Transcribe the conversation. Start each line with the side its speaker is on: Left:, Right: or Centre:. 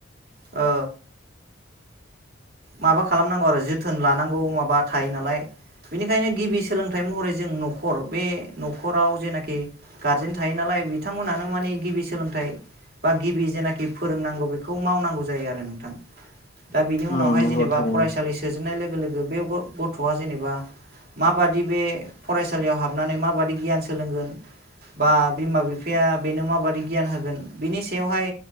Right: ओ
Left: <inaudible>
Right: माबा खालामनांगौ आरो जोथोन लानांगौ माबा थायो नालाय। बेनिखायनो गिबि सोलोंथाइ महरै जों न'खर बे न'खराव जेनाखि गार्जेन थायो नालाय। बिथांमोनानो मान गिबि सोलोंथाइ बा गिबि जेनाखि फोरोंनांगौ खौ मावनांगौ जायो आरो नोंथां। दा बेनि
Left: उम
Right: उनावहाय
Left: नंगौ
Right: जेनेबा
Left: थारैनो
Right: फरायसालि सोजेननाय लोगो लोगो बे गथ'आ जेनेबा माबादि बे फरायसालियाव हाबनानै माबादि गियान सोलोंगोन। बा बिमा बिफाया बेनो माबादि गियान होगोन, बिनि सायावहाय